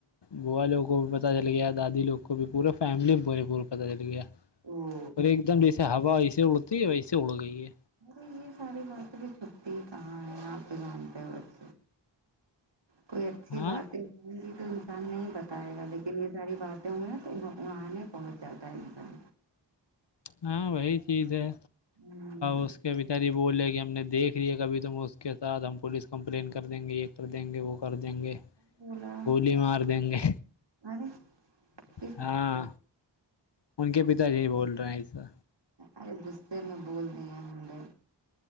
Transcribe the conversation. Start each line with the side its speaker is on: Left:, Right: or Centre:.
Left: بوا لوگ کو بھی پتا چل گیا دادی لوگ کو بھی پورے فیملی میں پورے پورے پتا چل گیا
Right: او
Left: اور ایک دم جیسے ہوا ویسے اڑتی ہے ویسے اڑ گئی ہے
Right: ا یہ ساری بس بھی س پ ت آپ دکان پہ وورج کوئی اچھی
Left: ہاں
Right: بات ہے ی تو انسان نہیں بتائے گا لیکن یہ ساری باتیں ہوئی ہیںا تو اڑانے پہنچ جاتا ہے انسان
Left: ہاں وہی چیز ہے
Right: ہمم
Left: اس کہ ب تاری بول رہے کہ ہم نے دیکھ لییا ہے کبھی توم اس کے ساتھ ہم پولیس کمپلین کر دیں گے یہ کر دیں گے وہ کر دیں گے
Right: بولا
Left: گولی مار دیں گے
Right: ارے کس
Left: ہاں
Right: نے بولا
Left: ان کے پتا جی بول رہے ہیں ایسا
Right: ارے غصے میں بول دی ہیں ہم نےے